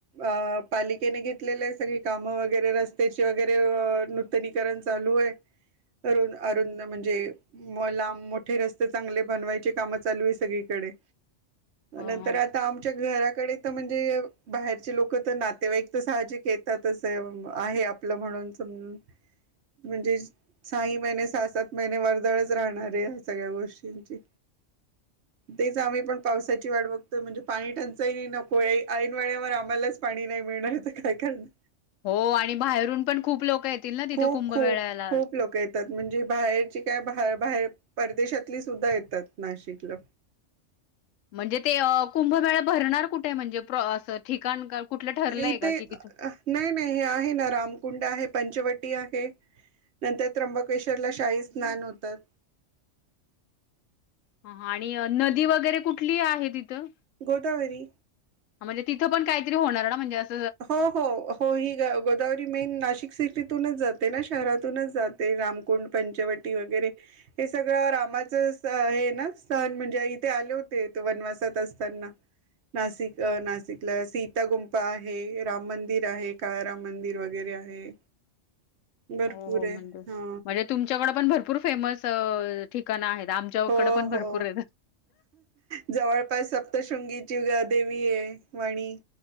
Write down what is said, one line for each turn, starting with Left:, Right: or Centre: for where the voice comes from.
Right: अ पालिकेने घेतलेलं आहेसगळी कामं वगैरे रस्त्याची वगैरे नूतनीकरण चालू आहे, अरूद अरुद म्हणजे लांब मोठे रस्ते चांगले बनवायचे काम चालू आहे सगळीकडे.
Left: हां,
Right: नंतर
Left: हां.
Right: आता आमच्या घरात कडे तर म्हणजे बाहेरचे लोक तर नातेवाईक तर साहजिक येतातच आहे आपलं म्हणून समजून म्हणजे साही महिने सहा सात महिने वर्दळच राहणारे या सगळ्या गोष्टींची. तेच आम्ही पण पावसाची वाट बघतोय म्हणजे पाणी टंचाही नको आहे, ऐन वेळेवर आम्हालाच पाणी नाही मिळणार तर काय करणार.
Left: हो आणि बाहेरून पण खूप लोकं येतील ना तिथं
Right: खूप
Left: कुंभमेळ्याला
Right: खूप खूप लोक येतात म्हणजे बाहेरची काय बाहेर बाहेर परदेशातली सुद्धा येतात नाशिकला.
Left: म्हणजे ते कुंभमेळा भरणार कुठे? म्हणजे असं ठिकाण कुठलं ठरलंय
Right: इथे
Left: का की तिथं?
Right: नाही नाही हे आहे ना रामकुंड आहे पंचवट आहे नंतर त्र्यंबकेश्वर ला शाही स्नान होतात.
Left: ह आणि नदी वगैरे कुठे ठली आहे तिथं?
Right: गोदावरी.
Left: म्हणजे तिथं पण काहीतरी होणार ना म्हणजे अस
Right: हो हो हो ही गोदावरी मेन नाशिक सिटीतूनच जात ते ना शहरातूनच जाते, रामकुंड पंचवटी वगैरे हे सगळं रामाचं हे ना स्थन म्हणजे इथे आले होते वनवासात असताना नाशिक नाशिकला सीता गुंपा हे राम मंदिर आहे, काळ राम मंदिर वगैरे आहे. भरपूर
Left: हो हो
Right: आहे
Left: म्हणजे-म्हणजे
Right: हा
Left: तुमच्याकडे पण भरपूर फेमस ठिकाण आहेत. आमच्याकडे
Right: हो
Left: पण
Right: हो
Left: भरपूर आहेत.
Right: जवळपास सप्तशृंगी देवी आहे, वणी